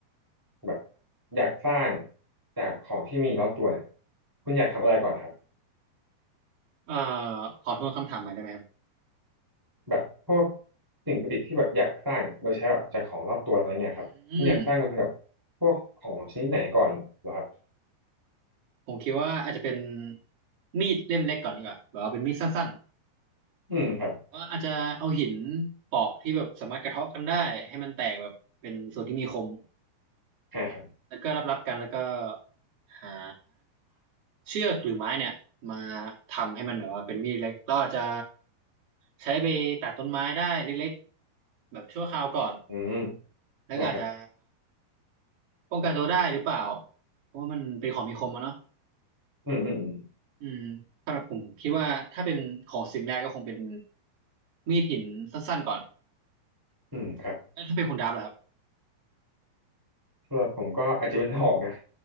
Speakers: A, in the centre; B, on the right (about 35°).
A: แบบอยากสร้างจากของที่มีรอบตัวเนี่ยคุณอยากทำอะไรก่อนครับ
B: เอ่อขอทวนคำถามใหม่ได้ไหมครับ
A: แบบพวกสิ่งประดิษฐ์ที่แบบอยากสร้างอะโดยใช้แบบจากของรอบตัวอะไรเงี้ยครับคุณอยากสร้างเป็นแบบพวกของชนิดไหนก่อนเหรอครับ
B: อืมผมคิดว่าอาจจะเป็นมีดเล่มเล็กก่อนดีกว่าแบบว่าเป็นมีดสั้น
A: อืมครับ
B: ก็อาจจะเอาหินเปาะที่แบบสามารถกระเทาะกันได้ให้มันแตกแบบเป็นส่วนที่มีคม
A: อ่าครับ
B: แล้วก็รับรับกันแล้วก็หาเชือกหรือไม้เนี่ยมาทำให้มันแบบว่าเป็นมีดเล็กเราอาจจะใช้ไปตัดต้นไม้ได้เล็กๆแบบชั่วคราวก่อน
A: อืม
B: แล้วก็อาจจะ
A: นาครับ
B: ป้องกันตัวได้หรือเปล่า เพราะว่ามันเป็นของมีคมอะเนาะ
A: อืมอืมอืม
B: อืมสำหรับผมคิดว่าถ้าเป็นของสิ่งแรกก็คงเป็นมีดหินสั้นๆก่อน
A: อืมครับ
B: แล้วถ้าเป็นคุณดับล่ะครับ
A: สำหรับผมก็อาจจะเป็นหอกนะ